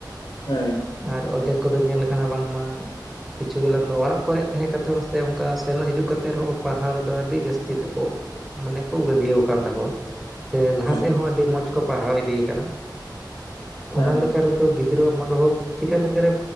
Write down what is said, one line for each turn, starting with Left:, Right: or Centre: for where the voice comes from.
Left: ᱦᱩᱸ
Centre: ᱟᱨ ᱚᱨᱫᱷᱮᱠ ᱠᱚᱫᱚ ᱧᱮᱞ ᱠᱟᱱᱟ ᱵᱟᱝ ᱢᱟ ᱠᱤᱪᱷᱩ ᱜᱮᱞᱟᱝ ᱫᱚ ᱚᱲᱟᱜ ᱠᱚᱨᱮ ᱛᱟᱦᱮᱸ ᱠᱟᱛᱮ ᱦᱚᱸ ᱥᱮ ᱚᱱᱠᱟ ᱥᱮᱱᱚᱜ ᱦᱤᱡᱩᱜ ᱠᱟᱛᱮ ᱨᱮᱦᱚᱸ ᱯᱟᱲᱦᱟᱣ ᱨᱮᱫᱚ ᱟᱹᱰᱤ ᱡᱟᱹᱥᱛᱤ ᱛᱮᱠᱚ ᱢᱚᱱᱮ ᱠᱚ ᱜᱟᱹᱫ ᱟᱹᱣ ᱟᱠᱟᱱ ᱛᱟᱠᱚᱣᱟ ᱥᱮ ᱞᱟᱦᱟ
Left: ᱦᱮᱸ
Centre: ᱥᱮᱫ ᱦᱚᱸ ᱟᱹᱰᱤ ᱢᱚᱸᱡᱽ ᱠᱚ ᱯᱟᱲᱦᱟᱣ ᱤᱫᱤ ᱠᱟᱱᱟ᱾
Left: ᱦᱮᱸ
Centre: ᱚᱱᱟ ᱞᱮᱠᱟ ᱨᱮᱫᱚ ᱜᱤᱫᱽᱨᱟᱹ ᱟᱜ ᱢᱚᱱᱚ ᱵᱷᱚᱵ ᱪᱮᱠᱟ ᱞᱮᱠᱟᱨᱮ